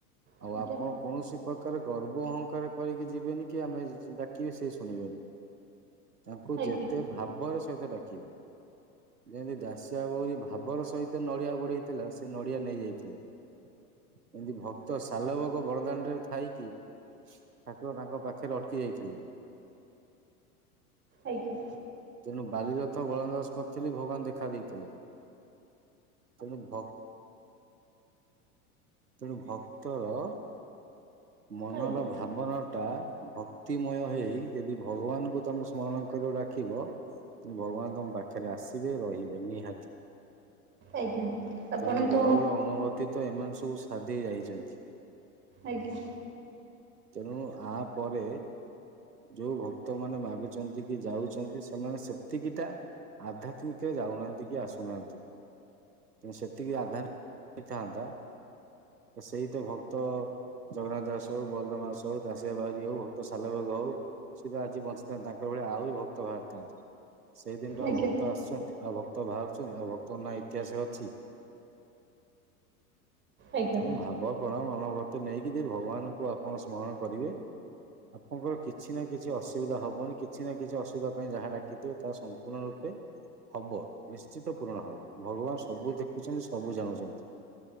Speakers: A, on the right (about 25°); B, on the right (about 85°).
A: ଆଜ୍ଞା।
B: ଆଉ ଆପଣ କୌଣସି ପ୍ରକାର ଗର୍ବ ଅହଂକାର କରିକି ଯିବେନି କି ଆମେ ଡାକିବେ ସେ ଶୁଣିବେନି। ତାଙ୍କୁ
A: ଆଜ୍ଞା।
B: ଯେତେ ଭାବରେ ସହିତ ଡାକିବେ। ଯେନ୍ତି ଦାସଆ ବଉରୀ ଭାବର ସହିତ ନଡିଆ ବଢେଇ ଥିଲା ସେ ନଡ଼ିଆ ନେଇଯାଇଥିଲେ ଏମିତି ଭ ତ ସାଲବଗ ବଦଦାଣ୍ଡରେ ଥାଇ କି ଠାକୁର ତାଙ୍କ ପାଖରେ ଅଟକି ଯାଇଥିଲେ।
A: ଆଜ୍ଞା।
B: ତେଣୁ ବାଲିରଥ ବଳନ୍ଦବାସ କରିଥିଲି ଭଗବାନ ଦେଖା ଦେଇଥିଲେ। ତେଣୁ ଭକ୍ ତେଣୁ ଭକ୍ତର ମନର
A: ଆଜ୍ଞା
B: ଭାବନା ଟା ଭକ୍ତିମୟ ହେଇ ଯଦି ଭଗବାନଙ୍କୁ ତମ ସ ସ୍ମରଣ କର ଡାକିବ ଭଗବାନ ତମ ପାଖରେ ଆସିବେ ରହିବେ ନିହାତି।
A: ଆଜ୍ଞା ଆପଣ
B: ତେଣୁ
A: ତ
B: ବଡ ବଡ ଅନୁଭତି ତ ଏମାନେ ସବୁ ସାରିଦେଇ ଯାଇଚନ୍ତି।
A: ଆଜ୍ଞା।
B: ତେଣୁ ଆ ପରେ ଯୋଉ ଭକ୍ତ ମାନେ ମାଗୁଚନ୍ତି କି ଯାଉଚନ୍ତି ସେମାନେ ସେତିକିଟା ଆଧ୍ୟାତ୍ମିକ ଯାଉନାହାନ୍ତି କି ଆସୁନାହାନ୍ତି। ତେଣୁ ସେତିକି ଆଧ୍ୟାତ୍ମିକ ଥାନ୍ତା ତ ସେଇ ତ ଭକ୍ତ ଜଗନ୍ନାଥ ଦାସ ହଉ ବଳରାମ ଦାସ ହଉ ଦାଶଆ ବାଉରି ହଉ ଭକ୍ତ ସାଲବେଗ ହଉ ସି ତ ଆଜି ବଞ୍ଚିଥାନ୍ତି ତାଙ୍କ ଭଳି ଆହୁରି ଭ ଭକ୍ତ ବାହାରିଥାନ୍ତେ ସେଇ ଦିନଠୁ ଆଉ
A: ଆଜ୍ଞା।
B: ଭକ୍ତ ଆସୁଛନ୍ତି ଆଉ ଭକ୍ତ ବାହାରୁଛନ୍ତି ଆଉ ଭକ୍ତର ନା ଇତିହାସରେ ଅଛି।
A: ଆଜ୍ଞା।
B: ତେଣୁ ଭାବ ପ୍ରଣ ମନୋଭକ୍ତି ନେଇକି ଯଦି ଭଗବାନଙ୍କୁ ଆପଣ ସ୍ମରଣ କରିବେ ଆପଣଙ୍କର କିଛି ନା କିଛି ଅସୁବିଧା ହବନି କିଛି ନା କିଛି ଅସୁବିଧା ପାଇଁ ଯାହା ଡାିକିଥିବ ତାହା ସ ପୂଣ ରୂପେ ହବ ନିସ ନିଶ୍ଚିତ ପୂରଣ ହବ ଭଗବାନ ସବୁ ଦେଖୁଛନ୍ତି ସବୁ ଜାଣୁଛନ୍ତି।